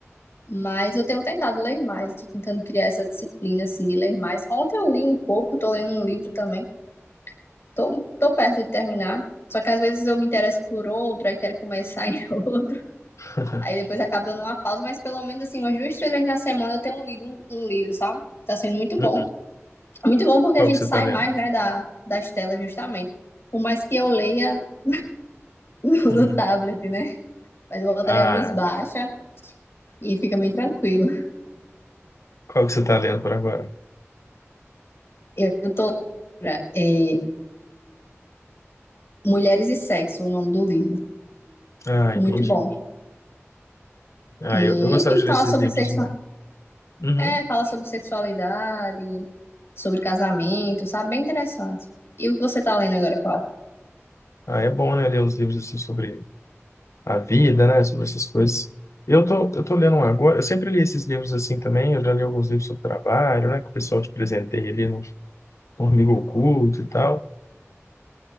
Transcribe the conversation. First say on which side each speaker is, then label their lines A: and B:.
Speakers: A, on the left (about 60°); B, on the left (about 80°).
A: Mas eu tenho tentado ler mais, tô tentando criar essa disciplina, assim, de ler mais. Ontem eu li um pouco, tô lendo um livro também Tô, tô perto de terminar. Só que às vezes eu me interesso por outro, aí quero começar em <laughs> outro.
B: <laughs>
A: Aí depois acabo dando uma pausa, mas pelo menos assim, umas duas, três vezes na semana eu tenho lido um, um livro, sabe? Tá sendo muito
B: Uhum.
A: bom. Muito bom porque
B: Qual
A: a gente
B: que você
A: sai
B: tá lendo?
A: mais, né, da, das telas, justamente. Por mais que eu leia <laughs> no,
B: Uhum.
A: no tablet, né? Mas eu boto
B: Ah,
A: ali a luz baixa e fica bem tranquilo.
B: Qual que você está lendo por agora?
A: Eu, é, Mulheres e Sexo, o nome do livro.
B: Ah,
A: Muito
B: entendi.
A: bom.
B: Ah,
A: E,
B: eu, eu gostava
A: enfim,
B: de ler
A: fala
B: esses
A: sobre
B: livros,
A: sexo
B: mas... Uhum.
A: É, fala sobre sexualidade, sobre casamento, sabe? Bem interessante. E o que você tá lendo agora, qual?
B: Ah, é bom, né, ler uns livros assim sobre a vida, né, sobre essas coisas. Eu tô, eu tô lendo um agora, eu sempre li esses livros assim também, eu já li alguns livros sobre trabalho, né, que o pessoal te presenteia ali no Amigo Oculto e tal.